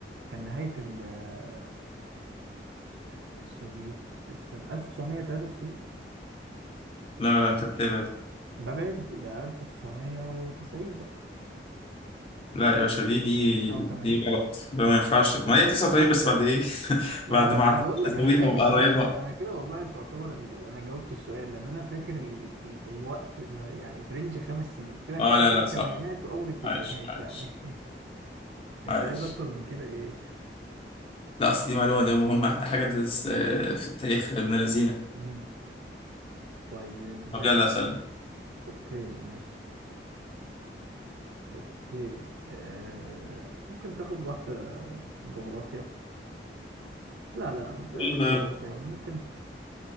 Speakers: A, on the right; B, on the left.
A: كان نهاية ال- آه، السوفييت استنى 1993
B: لا لا انت بتبعد
A: ببعد يبقى 1990 بقى
B: لا يا باشا دي دي
A: 89
B: دي غلط ده ما ينفعش ما هي 89 بس بعد ايه <laughs>
A: ما
B: بعد
A: انا عم...
B: ما
A: انا
B: عديت
A: بقول لك
B: زاويها
A: انا فاكر
B: وقريبها
A: بص انا انا كده والله تعتبر ال... انا جاوبت السؤال لان انا فاكر ال... ال... الوقت ما- يعني في رينج خمس سنين قلت لك
B: اه
A: في
B: لا
A: اخر
B: لا
A: الثمانينات
B: صح
A: واول التسعينات
B: عايش عايش
A: يعني <laughs> انت
B: عايش
A: عايز اكتر من كده ايه
B: لا اصل دي معلومة دي مهمة دي حاجة تدرس آه، في التاريخ ابن لذينة
A: مم. طيب ماشي
B: طب يلا سلام
A: اوكي ماشي اوكي آه... ممكن تاخد واحدة جغرافيا لا لا بلاش
B: يلا
A: جغرافيا
B: يلا.
A: ممكن